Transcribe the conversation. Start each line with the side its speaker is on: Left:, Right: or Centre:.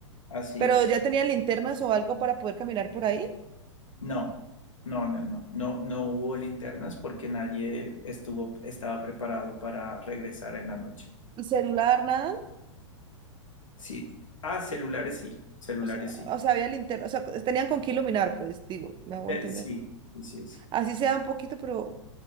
Left: Así
Right: ¿Pero
Left: es.
Right: ya tenían linternas o algo para poder caminar por ahí?
Left: No, no, no, no, no, no hubo linternas porque nadie estuvo, estaba preparado para regresar en la noche.
Right: ¿Y celular, nada?
Left: Sí. Ah, celulares sí, celulares
Right: O sea,
Left: sí.
Right: o sea, había linterna, o sea, tenían con qué iluminar, pues, digo, me hago
Left: Eh,
Right: entender.
Left: sí, sí, sí. Sí,
Right: Así sea un poquito, pero